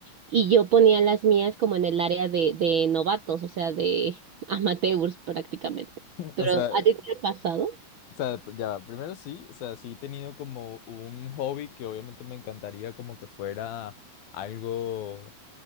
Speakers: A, on the right (about 65°); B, on the left (about 85°).
A: y yo ponía las mías como en el área de, de novatos, o sea, de <laughs> amateurs prácticamente. Pero
B: O sea,
A: ¿a ti te ha pasado?
B: o sea, ya, va, primero sí, o sea, sí he tenido como un hobby que obviamente me encantaría como que fuera algo